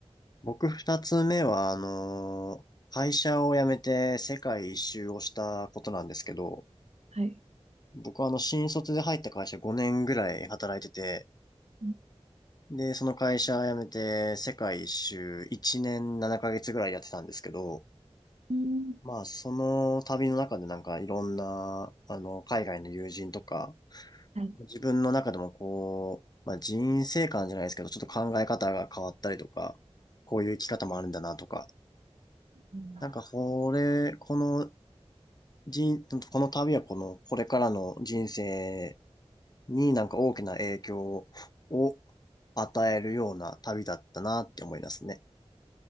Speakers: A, on the left (about 35°); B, on the right (about 80°).
A: 僕二つ目は、あのー会社を辞めて世界一周をしたことなんですけど、
B: はい。
A: 僕はあの、新卒で入った会社5年ぐらい働いてて、
B: うん
A: で、その会社辞めて、世界一周1年7ヶ月ぐらいやってたんですけど、
B: うん
A: まあ、その旅の中でなんかいろんな、あの、海外の友人とか、
B: はい
A: 自分の中でもこう、まあ、人生観じゃないですけど、ちょっと考え方が変わったりとか、こういう生き方もあるんだなとか、
B: うん
A: なんか、これ、この人、この旅はこの、これからの人生になんか大きな影響を与えるような旅だったなって思いますね。